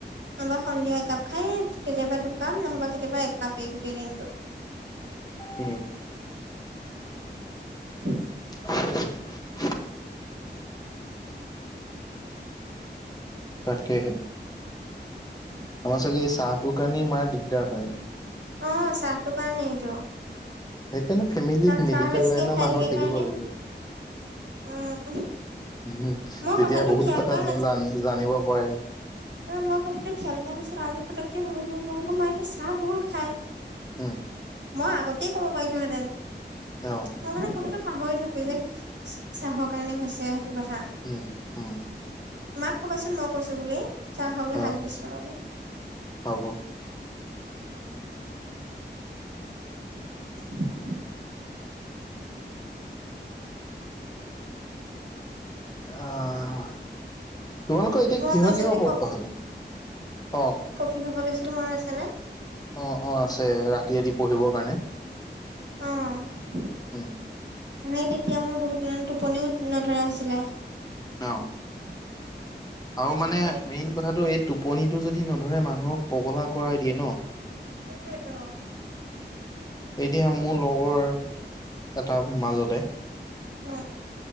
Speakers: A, on the right (about 80°); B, on the left (about 20°).
A: নহবা সন্ধিয়া একাপ খাই কেতিয়াবা দুকাপ নহবা কেতিয়াবা একাপ এই গোটেই দিনটোত
B: উম
A: <unintelligible>
B: <unintelligible> তাকেহে
A: <unintelligible>
B: আমাৰ চাগে এই চাহটোৰ কাৰণেই মাৰ দিগদাৰ হয়
A: অ চাহটো কাৰণেই এইটো
B: সেইকাৰণে ফেমিলিত
A: কাৰণ
B: মেডিকেল
A: চাহ বেছিকে
B: লাইনৰ
A: খাই
B: মানুহ
A: থাকে
B: থাকিব
A: কাৰণে
B: লাগে
A: উম
B: উম তেতিয়া
A: মই কথাটো
B: বহুত
A: খিয়াল
B: কথা
A: কৰা
B: জা জান জানিব পাৰে
A: নহয় মই কথাটো খিয়াল কৰা নাছিলো আজি পটকে ভাবিলো তোমোলোকৰ মাইটো চাহ বহুত খায়
B: উম,
A: মই আগতেই কব পাৰিলো হেঁতেন
B: অ',
A: মই মানে কথাটো পাহৰি থাকো যে চাহৰ কাৰণে হৈছে সেইটো কথা
B: উ উম
A: মাক কবাচোন মই কৈছো বুলি চাহ খাবলে শাক
B: অ',
A: দিছো বুলি
B: হ'ব
A: <unintelligible>
B: অঁ অ। তোমালোকৰ এতিয়া
A: মই
B: কিহ
A: মাজতে
B: কিহৰ পদ পোৱা হলে অঁহ।
A: কি খাব লৈছিলো মনত আছে নে।
B: অঁ অঁ আছে ৰাতি ৰাতি পঢ়িবৰ কাৰণে।
A: অঁ।
B: উম।
A: মানে তেতিয়া মোৰ বহুত দিনত টোপনিও নধৰা হৈছিলে।
B: এ অঁ।
A: <unintelligible> তাৰপিছত
B: আৰু মানে
A: মই
B: মেইন কথাটো এই টোপনিটো যদি নধৰে মানুহক পগলা কৰাই দিয়ে ন।
A: সেইটোৱেটো।
B: এদিয়া মোৰ লগৰ এটা মাজতে।
A: উম।